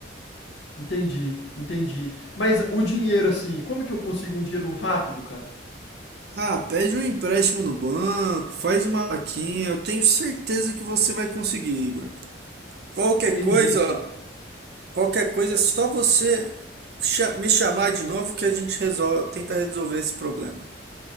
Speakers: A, on the left; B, on the right.
A: Entendi, entendi. Mas o dinheiro, assim, como que eu consigo um dinheiro rápido, cara?
B: Ah, pede um empréstimo no banco, faz uma vaquinha, eu tenho certeza que você vai conseguir, Igor. Qualquer
A: Entendi.
B: coisa, ó, Qualquer coisa é só você cha- me chamar de novo que a gente resolve, tenta resolver esse problema.